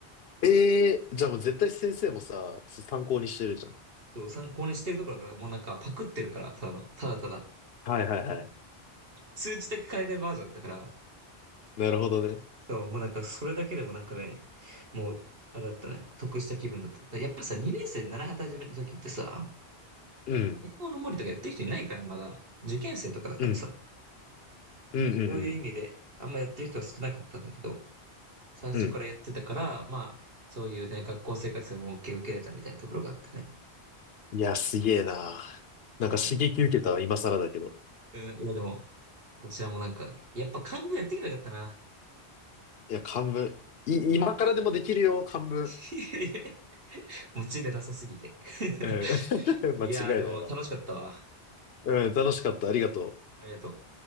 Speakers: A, on the left; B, on the right.
A: ええー、じゃあもう絶対先生もさ、参考にしてるじゃん。
B: そう、参考にしてるとかが、もうなんかパクってるから、ただの、ただただ。
A: はいはいはい。
B: 数値だけ変えてるバージョンだったから、
A: なるほどね。
B: そう、もうなんかそれだけでもなんかね、もう、あれだったね、得した気分だった。だやっぱさ、2年生で習い始めた時ってさ、
A: うん。
B: 英語の森とかやってる人いないから、まだ。受験生とかだからさ、
A: うん。うんうんうん。
B: そういう意味で、あんまやってる人は少なかったんだけど、最初からやってたから、
A: うん。
B: まあ、そういうね、学校生活でも恩恵を受けれたみたいなところがあってね。
A: いや、すげえな。なんか刺激受けたわ、
B: いや、
A: 今更だけど。
B: うん、いやでも、こちらもなんか、やっぱ漢文やってけばよかったな。
A: いや、漢文。い、今からでもできるよ、漢文。
B: <laughs> いやいやモチベなさすぎて。
A: うん。<laughs>
B: <laughs> いや、
A: 間違いないわ。
B: でも楽しかったわ。
A: うん、楽しかった。ありがとう。
B: ありがとう。